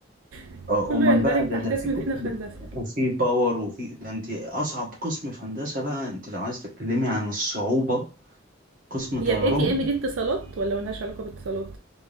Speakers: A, on the right; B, on the right.
A: <laughs>
B: آه،
A: كله
B: امال
A: يندرج
B: بقى ده
A: تحت
B: ده
A: اسم
B: في كو-
A: ان احنا
B: ده-
A: في هندسه
B: وفي باور وفي ده انت اصعب قسم في هندسه بقى انت لو عايز تتكلمي عن الصعوبه قسم
A: هي
B: طيران
A: الاي تي ام دي اتصالات ولا ملهاش علاقه بالاتصالات